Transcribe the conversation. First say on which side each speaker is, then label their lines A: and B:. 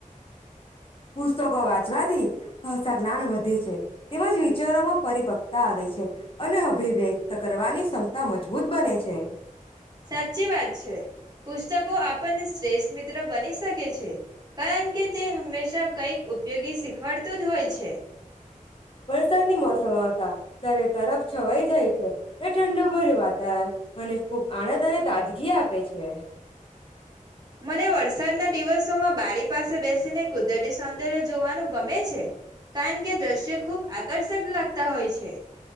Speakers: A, on the left; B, on the right.
A: પુસ્તકો વાંચવાથી. બસ આ જ્ઞાન વધે છે. તેમજ વિચારોમાં પરિપક્તા આવે છે અને અભિવ્યક્ત કરવાની ક્ષમતા મજબૂત બને છે.
B: સાચી વાત છે પુસ્તકો આપણને શ્રેષ્ઠ મિત્ર બની શકે છે કારણ કે તે હંમેશા કઈક ઉપયોગી શીખવાડતું જ હોય છે.
A: વરસાદની મોસમ આવતા. તરે તરફ છવાઈ જાય છે ઠંડુ ભર્યું વાતાવરણ મને ખૂબ આનંદ અને તાજગી આપે છે.
B: મને વરસાદના દિવસોમાં બારી પાસે બેસીને કુદરતી સૌંદર્ય જોવાનું ગમે છે કારણ કે દ્રશ્ય ખુબ આકર્ષક લાગતા હોય છે. ઓ કે.